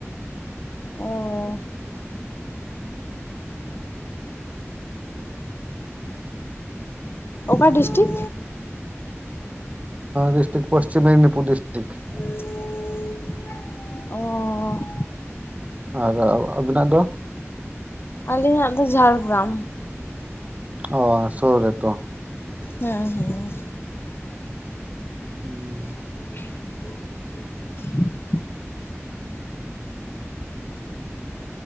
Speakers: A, on the left (about 50°); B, on the right (about 30°).
A: ᱚᱻ ᱚᱠᱟ district?
B: District Paschim Medinipur district.
A: ᱚᱻ
B: ᱟᱨ ᱟᱵᱤᱱᱟᱜ ᱫᱚ?
A: ᱟᱹᱞᱤᱧᱟᱜ ᱫᱚ ᱡᱷᱟᱲᱜᱨᱟᱢ᱾
B: ᱚᱻ ᱥᱩᱨ ᱨᱮ ᱛᱚ᱾
A: ᱦᱮᱸ ᱦᱮᱸ᱾
B: ᱦᱩᱸ᱾
A: <unintelligible>